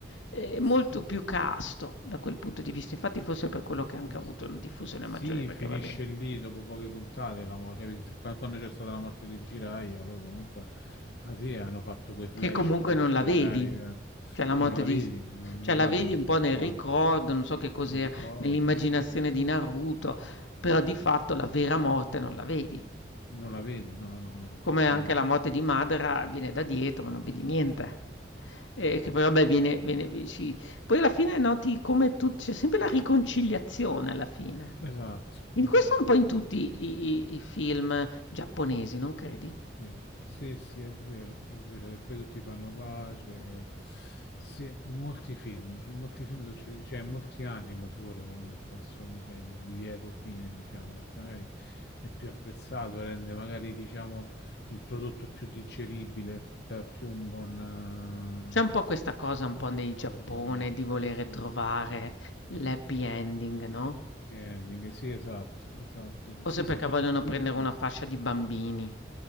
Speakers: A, on the left (about 80°); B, on the left (about 60°).
A: è molto
B: Sì,
A: più casto da quel punto di vista, infatti forse è per quello
B: sì,
A: che ha anche avuto
B: sì,
A: una
B: sì.
A: diffusione
B: Sì,
A: maggiore, perché
B: finisce
A: va bene
B: lì dopo poche puntate, la mo- cioè, qua- quando c'è stata la morte di Jiraiya, poi comunque, ah sì, hanno fatto quei flashback,
A: Che comunque non la
B: magari
A: vedi.
B: eh,
A: Cioè la morte
B: non la
A: di
B: vedi,
A: s
B: non,
A: cioè
B: non
A: la
B: l'hanno
A: vedi
B: accentuato.
A: un po' nel ricordo, non so che cos'era,
B: Mi ricordo,
A: nell'immaginazione
B: sì, sì,
A: di Naruto,
B: sì, sì.
A: però di fatto la vera morte non la vedi.
B: Non la vedi? No, no, no.
A: Come
B: Sì.
A: anche la morte di Madara viene da dietro, ma non vedi niente. Ehm,
B: Mm.
A: che poi vabbè viene viene vi ci poi alla fine noti come tu c'è sempre la riconciliazione alla fine.
B: Esatto, esatto.
A: In questo un po' in tutti
B: sì.
A: i i i film giapponesi, non credi?
B: Sì, sì, sì, è vero, è vero che poi tutti fanno pace. Sì, in molti film, in molti film succede, cioè in molti anime pure comunque, insomma, c'è il lieto fine, diciamo, perché magari è più apprezzato, rende magari, diciamo, il prodotto più digeribile, dà più un buon...
A: C'è un
B: eh,
A: po' questa cosa un po' nei Giappone
B: oh, vabbè,
A: di volere
B: sì,
A: trovare l'happy ending, no,
B: happy ending, sì, esatto, esatto.
A: forse
B: Sì,
A: perché
B: sono d'accordissimo.
A: vogliono prendere una fascia di bambini.